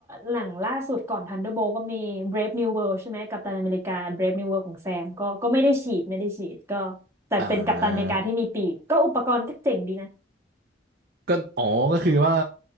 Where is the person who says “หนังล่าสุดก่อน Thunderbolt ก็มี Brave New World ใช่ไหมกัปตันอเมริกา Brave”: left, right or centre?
Right